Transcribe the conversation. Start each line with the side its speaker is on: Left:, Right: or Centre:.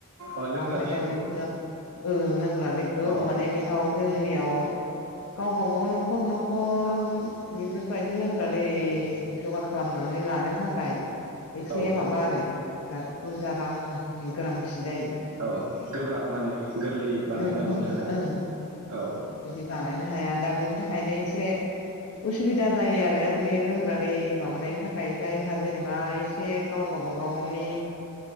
Right: अ लोंग्रा
Left: ओमफ्राय
Right: दैखौ
Left: दा बेफोरो ओ ग्रा दैखौ
Right: अ
Left: माने बेयाव जोंनियाव औ गावबा गाव नखर नखर बेफोरबायदि लोंग्रा दै जगार खालामनानै लानो थाखाय एसे
Right: औ
Left: माबा आरो बिराद बुरजा रांनि गोनांथि जायो
Right: औ गोब्राब माने गोरलै बानायना
Left: ओं गोब्रा
Right: लानो थाखाय
Left: ओं
Right: औ
Left: बिदि बानायनो हाया दा बेनि थाखायनो एसे उसुबिदा जायो आरो बे लोंग्रा दै माबानायनि थाखाय जायहा जेनेबा एसे गाव गावबाागावनि